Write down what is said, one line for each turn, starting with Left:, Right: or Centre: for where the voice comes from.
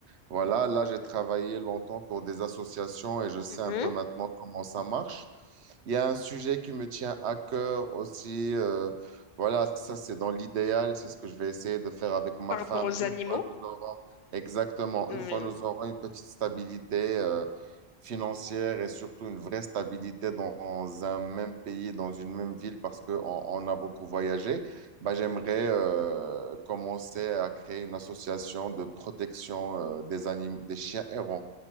Right: Voilà, là, j'ai travaillé longtemps pour des associations et je sais
Left: Mhm.
Right: un peu maintenant comment ça marche. Il y a un sujet qui me tient à cœur aussi. euh, voilà, ça, c'est dans l'idéal. C'est ce que je vais essayer de faire avec ma
Left: Par
Right: femme
Left: rapport aux
Right: une
Left: animaux?
Right: fois nous aurons, exactement,
Left: Mm.
Right: une fois nous aurons une petite stabilité, euh, financière et surtout une vraie stabilité dans un même pays, dans une même ville, parce qu'on on on a beaucoup voyagé bah, j'aimerais euh, commencer à créer une association de protection euh, des animaux, des chiens errants